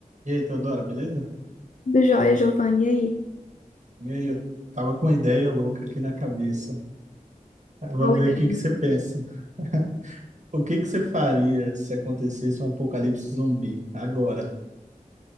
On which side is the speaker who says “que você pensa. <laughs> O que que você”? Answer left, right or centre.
Right